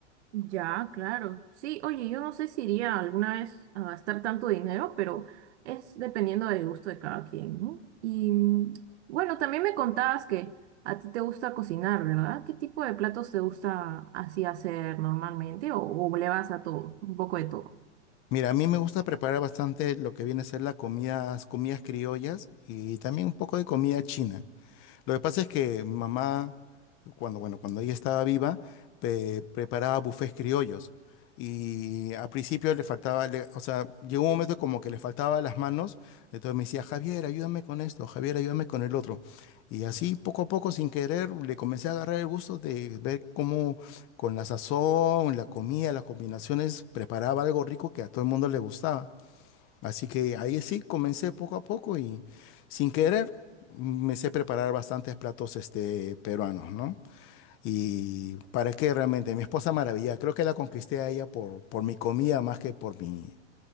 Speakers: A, on the right; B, on the left.
A: Ya, claro. Sí, oye, yo no sé si iría alguna vez a gastar tanto dinero, pero es dependiendo del gusto de cada quien, ¿no? Y mm, bueno, también me contabas que a ti te gusta cocinar, ¿verdad? ¿Qué tipo de platos te gusta así hacer normalmente o, o le vas a todo, un poco de todo?
B: Mira, a mí me gusta preparar bastante lo que viene a ser la comidas comidas criollas y también un poco de comida china. Lo que pasa es que mamá, cuando, bueno, cuando ella estaba viva, pe- preparaba bufés criollos. Y al principio le faltaba, le- o sea, llegó un momento como que le faltaba las manos. Entonces me decía, Javier, ayúdame con esto, Javier, ayúdame con el otro. Y así poco a poco, sin querer, le comencé a agarrar el gusto de ver cómo con la sazón, la comida, las combinaciones, preparaba algo rico que a todo el mundo le gustaba. Así que ahí sí, comencé poco a poco y sin querer me sé preparar bastantes platos este, peruanos, ¿no? Y para qué realmente, mi esposa maravilla, creo que la conquisté a ella por, por mi comida más que por mi,